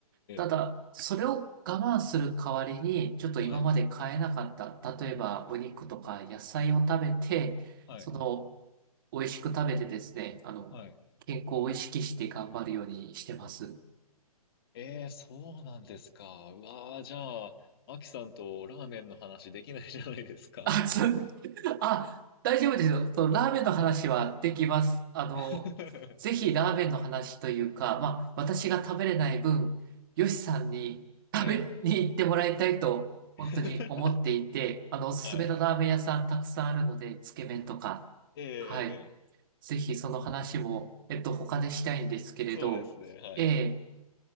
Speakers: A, on the right (about 35°); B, on the left (about 40°).
A: ただ、
B: え。
A: それを我慢する代わりに、ちょっと今まで買えなかった、
B: はい。
A: 例えばお肉とか野菜を食べて、
B: はい。
A: その、美味しく食べてですね、あの、
B: はい。
A: 健康を意識して頑張るようにしてます。
B: ええ、そうなんですか。うわあ、じゃあ、アキさんとラーメンの話できないじゃないですか。
A: あ、そう、あ、大丈夫ですよ。そのラーメンの話はできます。あの、
B: <laughs>
A: ぜひラーメンの話というか、まあ、私が食べれない分、ヨシさんに食べに行ってもらいたいと、
B: はい。<laughs>
A: 本当に思っていて、あの、おすすめのラーメン屋さんたくさんあるので、
B: はい。
A: つけ麺とか、
B: ええ、
A: はい。ぜひその話も、えっと、他でしたいんですけれど、
B: そうですね。はい。
A: えー